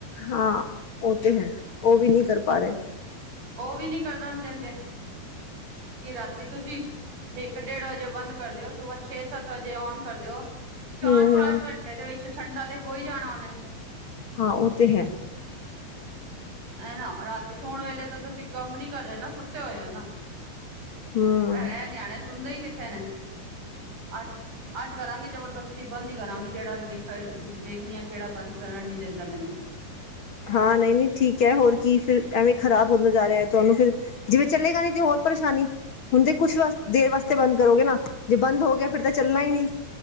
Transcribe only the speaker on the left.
ਹਾਂ ਉਹ ਤੇ ਹੈ, ਉਹ ਵੀ ਨਈਂ ਕਰ ਪਾ ਰਹੇ।
ਹਮ
ਹਾਂ ਉਹ ਤੇ ਹੈ।
ਹਮ
ਹਾਂ, ਨਈਂ ਨਈਂ ਠੀਕ ਏ, ਹੋਰ ਕੀ ਫਿਰ ਐਵੇਂ ਖ਼ਰਾਬ ਹੁੰਦਾ ਜਾ ਰਿਹਾ, ਤੁਹਾਨੂੰ ਫਿਰ, ਜਿਵੇਂ ਚਲੇਗਾ ਨੀਂ ਤੇ ਹੋਰ ਪਰੇਸ਼ਾਨੀ। ਹੁਣ ਤੇ ਕੁਛ ਦੇਰ ਵਾਸਤੇ ਬੰਦ ਕਰੋਗੇ ਨਾਂ ਜੇ ਬੰਦ ਹੋ ਗਿਆ ਫਿਰ ਤੇ ਚੱਲਣਾ ਈ ਨੀਂ